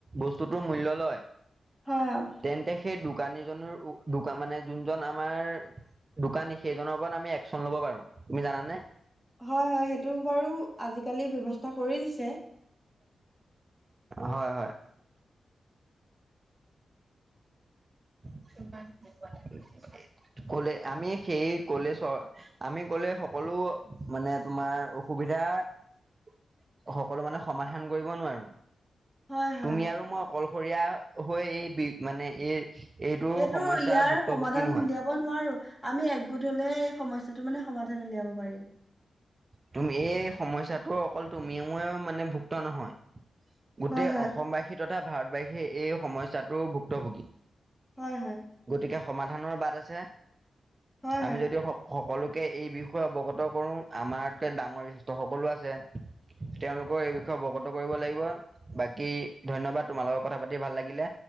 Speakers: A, on the right (about 40°); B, in the centre.
A: বস্তুটো মূল্য লয়।
B: অ',
A: তেন্তে সেই দোকানী জনৰোকান মানে যোনজন আমাৰ দোকানী সেইজনৰ ওপৰত আমি একচন ল'ব প পাৰো তুমি জানে?
B: হয় - হয় সেইটো বাৰু আজিকালি ব্যৱস্থা কৰি দিছে।
A: হয় - হয়। <unintelligible> কলে আমি সেই কলে চ আমি কলে সকলো মানে তোমাৰ অসুবিধা এতিয়া সকলো মানে সমাধান কৰিব নোৱাৰো।
B: হয় হয়
A: তুমি আৰু মই অকলশৰীয়া হৈ এই বি মানে এই
B: এইটো
A: সমস্যা
B: ইয়াৰ
A: ভুক্তভুক্তি
B: সমাধান
A: নহয়।
B: উলিয়াব নোৱাৰো আমি একগোট হলেহে এই সমস্যাতো মানে সমাধান উলিয়াব পাৰিম।
A: তুমি এই সমস্যাত অকলটো তুমিয়ে ময়ে মানে ভুক্ত নহয় গোটেই
B: হয় হয়
A: অসমবাসী তথা ভাৰতবাশী এই সমস্যটো ভুক্তভোগী।
B: হয় - হয়।
A: গতিকে সমাধানৰ বাট আছে,
B: হয়
A: আমি
B: হয়।
A: যদিও স সকলোকে এই বি ষয় অৱগত কৰো আমাৰতকৈ ডাঙৰ বিশেষ্ঠ সকলো আছে। তেওলোকৰ এই বিষয়ে অৱগত কৰিব লাগিব বাকী ধন্যবাদ তোমাল লগত কথা পাতি ভাল লাগিলে।